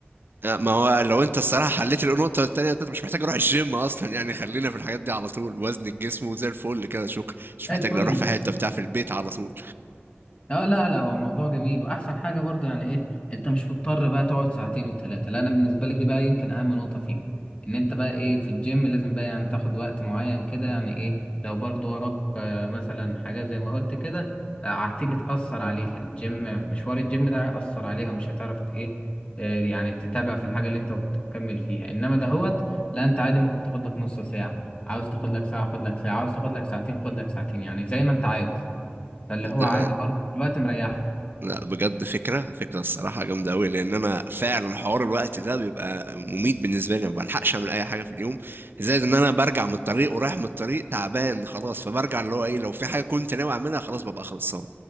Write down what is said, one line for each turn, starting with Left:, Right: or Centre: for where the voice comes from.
Right: ما هو لو انت الصراحة حليت النقطة التانية انت مش محتاج اروح الجيم اصلا يعني خلينا في الحاجات دي على طول وزن الجسم وزي الفل كده شكرا مش محتاج
Left: الفل
Right: لا اروح في
Left: مش
Right: حتة بتاع في البيت على طول
Left: اه لا لا هو الموضوع جميل واحسن حاجه برضه يعني ايه انت مش مضطر بقى تقعد ساعتين وثلاثه لا انا بالنسبه لي دي بقى يمكن اهم نقطه فيه ان انت بقى ايه في الجيم لازم بقى يعني تاخد وقت معين كده يعني ايه لو برضه وراك آه، مثلا حاجات زي ما قلت كده آه، هتيجي تاثر عليها الجيم مشوار الجيم ده هيأثر عليها مش هتعرف ت- ايه آه، يعني تتابع في الحاجه اللي انت كنت بتكمل فيها انما دهوت لا انت عادي ممكن تاخد لك نص ساعه عاوز تاخد لك ساعه خد لك ساعه عاوز تاخد لك ساعتين خد لك ساعتين يعني زي ما انت عاوز فاللي
Right: صدق
Left: هو عادي برضه الوقت مريحك
Right: لا بجد فكرة فكرة الصراحة جامدة أوي لأن أنا فعلا حوار الوقت ده بيبقى مميت بالنسبة لي ما بلحقش أعمل أي حاجة في اليوم زائد إن أنا برجع من الطريق ورايح من الطريق تعبان خلاص فبرجع اللي هو إيه لو في حاجة كنت ناوي أعملها خلاص ببقى خلصان